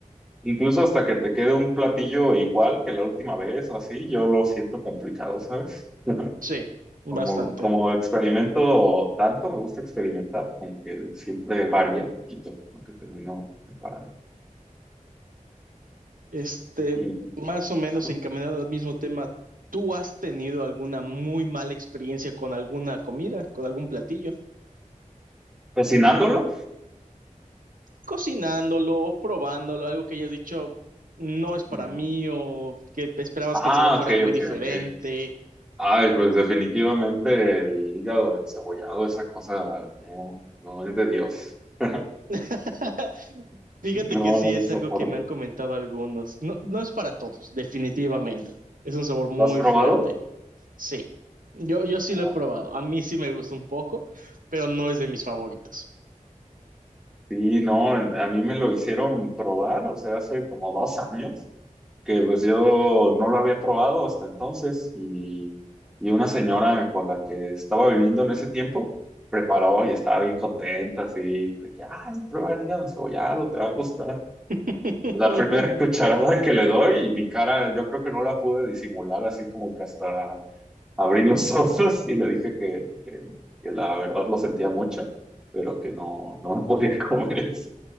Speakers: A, in the centre; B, on the right.
A: Incluso hasta que te quede un platillo igual que la última vez o así, yo lo siento complicado, ¿sabes? <laughs>
B: Sí, bastante.
A: Como, como experimento tanto, me gusta experimentar, como que siempre varía un poquito lo que termino preparando.
B: Este,
A: Y
B: más o menos
A: ajá.
B: encaminado al mismo tema, ¿tú has tenido alguna muy mala experiencia con alguna comida, con algún platillo?
A: cocinándolo.
B: O cocinándolo, o probándolo, algo que hayas dicho no es para
A: Ujú.
B: mí, o que esperabas
A: Ah,
B: que el sabor fuera
A: ok,
B: muy
A: ok,
B: diferente.
A: ok. Ay, pues definitivamente el hígado cebollado esa cosa no, no es de Dios. <laughs>
B: <laughs> Fíjate
A: No,
B: que sí
A: no lo
B: es
A: soporto.
B: algo que me han comentado algunos. No, no es para todos, definitivamente. Es un sabor muy
A: ¿Lo has probado?
B: fuerte. Sí, yo, yo sí
A: No.
B: lo he probado. A mí sí me gusta un poco, pero no es de mis favoritos.
A: Sí, no, a mí me lo hicieron probar, o sea, hace como dos años, que pues yo no lo había probado hasta entonces y, y una señora con la que estaba viviendo en ese tiempo preparó y estaba bien contenta, así, de que, ay, prueba el hígado encebollado, te va a gustar.
B: <laughs>
A: La primera <laughs> cucharada que le doy y mi cara, yo creo que no la pude disimular, así como que hasta abrí los <laughs> ojos y le dije que, que, que la verdad lo sentía mucho, pero que no, no me podía <laughs> comer eso.